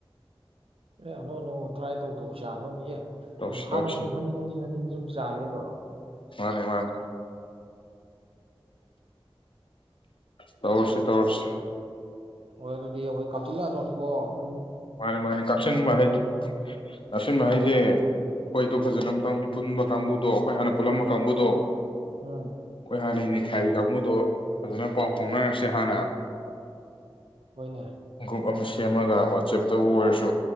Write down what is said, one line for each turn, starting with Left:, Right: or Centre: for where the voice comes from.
Right: ꯑꯦ ꯑꯅꯧ ꯑꯅꯧ ꯇ꯭ꯔꯥꯏ ꯇꯧ ꯒꯧ ꯆꯥꯗꯣꯅꯤꯑꯦ
Left: ꯇꯧꯁꯤ
Right: ꯍꯥꯟꯅꯩ
Left: ꯇꯧꯁꯤ
Right: ꯁꯨꯝ ꯍꯟꯖꯤꯟ ꯍꯟꯖꯤꯟ ꯍꯟꯖꯤꯟ ꯁꯨꯝ ꯆꯥ ꯂꯩꯗꯧꯔꯣ
Left: ꯃꯥꯅꯦ ꯃꯥꯅꯦ ꯇꯧꯔꯁꯤ ꯇꯧꯔꯁꯤ
Right: ꯍꯣꯏ ꯑꯗꯨꯗꯤ ꯑꯩꯈꯣꯏ ꯀꯥꯞꯆꯤꯜꯂꯛꯑꯗꯧꯅꯤꯀꫭ
Left: ꯃꯥꯅꯤ ꯃꯥꯅꯤ <unintelligible> ꯑꯆꯤꯟꯕ ꯍꯥꯏꯁꯦ ꯑꯩꯈꯣꯏꯗꯣ ꯐꯖꯅ ꯑꯃꯨꯇꯪ ꯄꯨꯟꯕ ꯀꯥꯡꯕꯨꯗꯣ ꯑꯩꯈꯣꯏ ꯍꯥꯟꯅ ꯄꯨꯜꯂꯝꯕ ꯀꯥꯡꯕꯨꯗꯣ
Right: ꯎꯝ
Left: ꯑꯣꯢ ꯍꯥ ꯅ ꯅꯩꯈꯥꯏꯕꯤ ꯀꯥꯡꯕꯨꯗꯣ ꯑꯗꯣ ꯐꯖꯅ ꯄꯥꯎ ꯐꯥꯎꯅꯔꯁꯤ ꯍꯥꯟꯅ
Right: ꯍꯣꯏꯅꯦ
Left: ꯈꯣꯡꯀꯨꯞ ꯑꯃꯁ ꯁꯦꯝꯃꯒ ꯋꯥꯠꯆꯦꯞ ꯇꯕꯨ ꯑꯣꯏꯔꯁꯨ